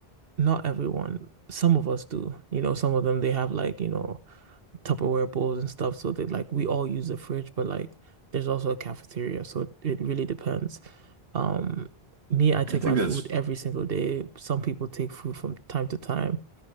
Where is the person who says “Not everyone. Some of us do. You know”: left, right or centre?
Right